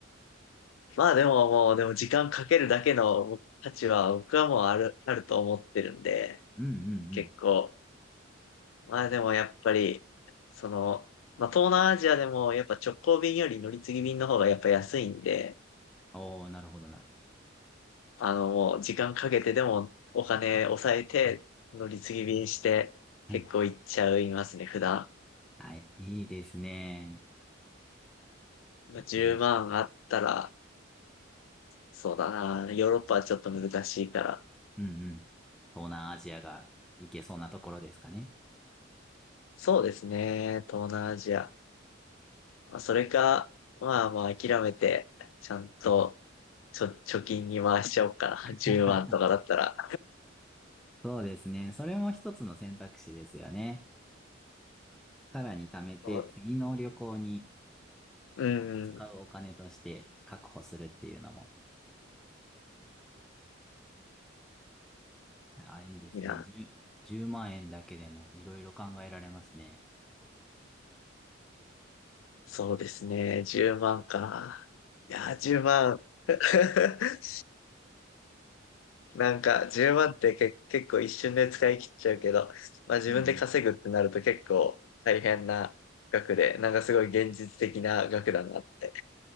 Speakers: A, on the left (about 80°); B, in the centre.
A: まあでももう、でも時間かけるだけの価値は僕はもうある、あると思ってるんで、
B: うんうんうん。
A: 結構。まあでもやっぱり、その、まあ東南アジアでもやっぱ直行便より乗り継ぎ便の方がやっぱ安いんで、
B: おー、なるほどなるほ
A: あの、もう時間かけてでもお金抑えて、乗り継ぎ便して結構行っちゃいますね、
B: ど。はい。
A: 普段。
B: はい、いいですね。そうですね
A: 10万あったら、そうだな、ヨーロッパはちょっと難しいから。
B: うんうん。東南アジアが行けそうなところですかね。
A: そうですね、東南アジア。まあ、それか、まあまあ諦めて、ちゃんと、ちょ、貯金に回しちゃおうかな。<laughs> 10万とかだったら。
B: <laughs> そうですね。それも一つの選択肢ですよね。さらに貯めて、
A: <laughs>
B: 次の旅行に
A: うん、
B: こう使うお金として確保するっていうのも、あ、いいですね。
A: いや、
B: 10、万円だけでもいろいろ考えられますね。
A: そうですね、10万か。いや、10万。<laughs> なんか10万ってけ結構一瞬で使い切っちゃうけど、まあ自分で稼ぐってなると結構大変な額で、
B: うん。
A: なんかすごい現実的な額だなって